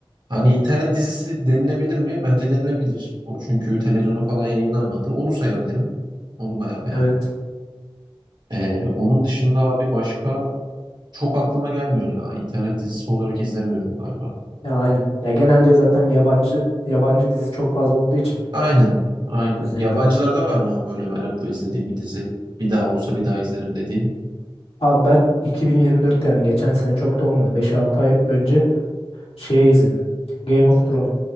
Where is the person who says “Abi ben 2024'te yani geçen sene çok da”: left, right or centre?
Left